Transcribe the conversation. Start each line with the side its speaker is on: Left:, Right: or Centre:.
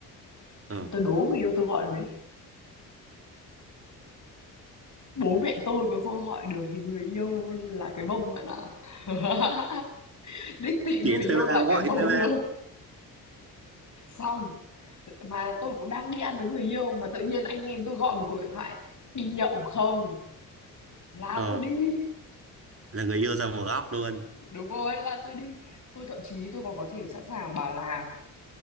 Right: ờ
Left: tôi đố người yêu tôi gọi được đấy. Bố mẹ tôi còn không gọi được thì người yêu là cái bông bạn ạ. <laughs> Đích thị
Right: chỉ
Left: người yêu
Right: thuê
Left: là
Right: bao gọi
Left: cái bông
Right: thuê bao
Left: luôn. Xong, mà tôi cũng đang đi ăn với người yêu mà tự nhiên anh em tôi gọi một cuộc điện thoại đi nhậu không là
Right: ờ
Left: tôi đi
Right: là người yêu ra một góc luôn
Left: đúng rồi là tôi đi tôi thậm chí tôi còn có thể sẵn sàng bảo là